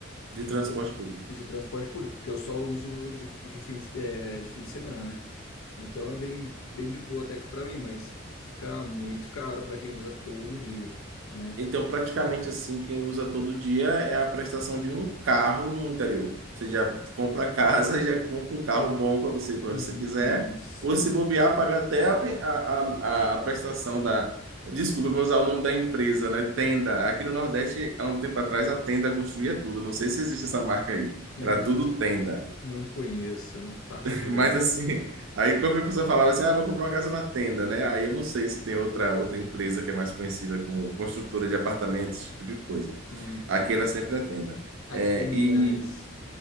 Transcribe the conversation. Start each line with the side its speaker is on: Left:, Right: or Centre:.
Right: de
Left: Então,
Right: transporte público.
Left: de transporte público, porque eu só uso de, de fim de, é, de fim de semana, né? Então é bem, bem de boa até que pra mim, mas fica muito caro pra quem usa todo dia, né?
Right: Então, praticamente assim, quem usa todo dia é a prestação de um carro no interior. Você já compra a casa, <laughs> já compra um carro bom para você ir para
Left: Isso.
Right: onde você quiser, ou se bobear, paga até a, pe- a, a, a prestação da. Desculpa, eu vou usar o nome da empresa, né? Tenda. Aqui no Nordeste, há um tempo atrás, a Tenda construía tudo. Não sei se existe essa marca aí.
Left: Eu
Right: Era
Left: não,
Right: tudo
Left: não,
Right: Tenda.
Left: não conheço, não faço
Right: <laughs>
Left: ideia.
Right: Mas assim, aí qualquer pessoa falava assim: ah, vou comprar uma casa na Tenda, né? Aí eu não sei se tem outra, outra empresa que é mais conhecida como construtora de apartamentos, esse tipo de coisa.
Left: Hum,
Right: Aqui era sempre a tenda.
Left: aqui
Right: É,
Left: tem milhares.
Right: e